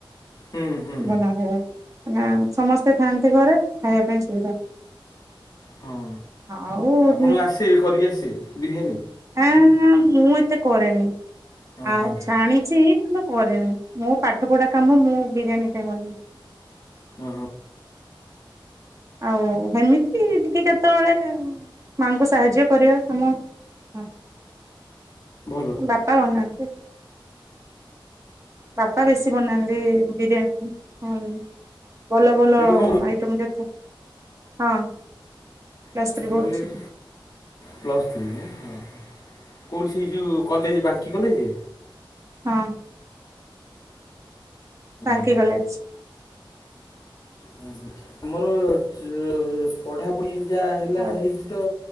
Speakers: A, on the left; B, on the right.
A: ହୁଁ ହୁଁ
B: ବନା ହୁଏ ଏଇନା ସମସ୍ତେ ଥାଆନ୍ତି ଘରେ ଖାଇବା ପାଇଁ ସୁବିଧା।
A: ହଁ।
B: ହାଉ
A: ଆପଣଙ୍କୁ ଆସେ କରିକି ଆସେ ବିରିୟାନୀ
B: ଆଁ -ମୁଁ ଏତେ କରେନି।
A: ହଁ
B: ଆଉ
A: ହଁ
B: ଜାଣିଚି କିନ୍ତୁ କରିନି ମୁଁ ପାଠ ପଢା କାମ ମୁଁ ବିରିୟାନୀ କେବେ ବନେଇନି।
A: ହଁ ହଁ
B: ଆଉ ହେମିତି ଟିକେ କେତେବଳେ ମାଆଙ୍କୁ ସାହାଯ୍ୟ କରିବା କାମ -ହଁ।
A: ଭଲ।
B: ବାପା ବନାନ୍ତି। ବାପା ବେଶୀ ବନାନ୍ତି ବିରିୟାନୀ। ହୁଁ। ଭଲ ଭଲ
A: ଏବେ କ'ଣ
B: ଆଇଟମ୍ ଯେତେ- ହଁ ପ୍ଲସ୍
A: ମୁଁ
B: ଥ୍ରୀ ପଢୁଚି।
A: କହିଲି ଏବେ ପ୍ଲସ୍ ଥ୍ରୀ ହଁ କୋଉଠି ସେ ଯୋଉ କଲେଜେ ବାଙ୍କି କଲେଜେ?
B: ହଁ।
A: ହଁ
B: ବାଙ୍କି
A: ହଁ
B: କଲେଜ୍।
A: ହଁ ଆମର ଚ ପଢ଼ାପଢ଼ି ଯାହା ହେଲା
B: ହଉ
A: ହେଇଚି ତ